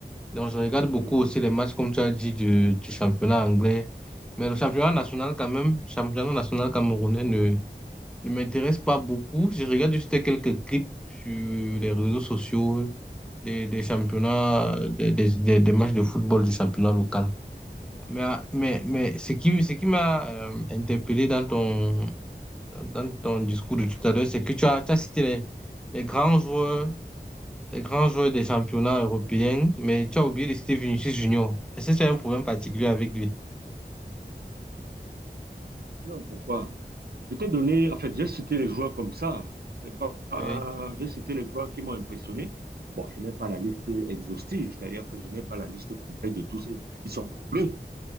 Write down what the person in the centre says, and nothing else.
Donc, je regarde beaucoup
aussi les matchs, comme tu as dit, du, du championnat anglais. Mais le championnat national, quand même, le championnat national camerounais ne, ne m'intéresse pas beaucoup. Je regarde juste quelques clips sur les réseaux sociaux des, des championnats, des, des, des- des matchs de football du championnat local. Mais, mais, mais ce qui, ce qui m'a euh, interpellé dans ton, dans, dans ton discours de tout à l'heure, c'est que tu as, tu as cité les, les grands joueurs, les grands joueurs des championnats européens, mais tu as oublié de citer Vinicius Junior. Est-ce que tu as un problème particulier avec lui?
Oui,